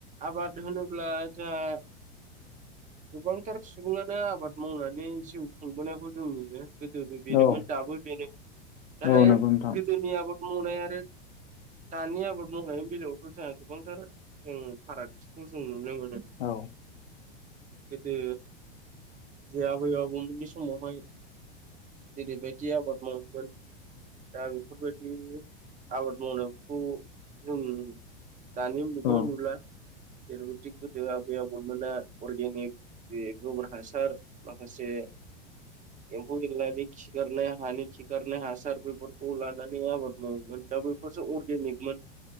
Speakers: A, on the right; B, on the left.
A: आबाद होनोब्ला जोंहा गोबांथार सुबुंङानो आबाद मावनानै जिउ खुंबोनायखौ जों नुयो गोदोबो बेनोमोन
B: औ
A: दाबो बेनो नाथाय
B: औ नंगौ नोंथां
A: गोदोनि आबाद मावनाय आरो दानि आबाद मावनायनि बेलायावथ' जोंहा गोबांथार जों फारागथिखौ जों नुनो मोनो
B: औ
A: गोदो जे आबै आबौमोननि समावहाय जिरिबायायदि आबाद मावोमोन दा बेफोरबायदि आबाद मावनायखौ जों दानि जुगाव
B: औ
A: नुला जेरैबादिखौ गभनमेन्टआ अर्गेनिक गोरबोर हासार माखासे एम्फौ एनलानि खिखारनाय हानि खिखारनाय हासार बेफोरखौ लानानै आबाद मावोमोन दा बैफोरसो अरगेनिकमोन